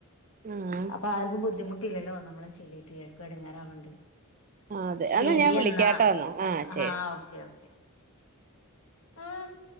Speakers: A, on the right; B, on the left.
A: ആഹ്
B: അപ്പം ആർക്കും ബുദ്ധിമുട്ട് ഇല്ലാലോ നമ്മളെ ചോല്ലീട്ട് ആര്ക്കും ഇടങ്ങാറാവേണ്ട്
A: അതെ
B: ശരിയെന്നാ
A: എന്നാ ഞാൻ വിളിക്കാട്ടോ എന്നാ ശരി
B: ആഹ് ഓക്കെ ഓക്കെ <inaudible>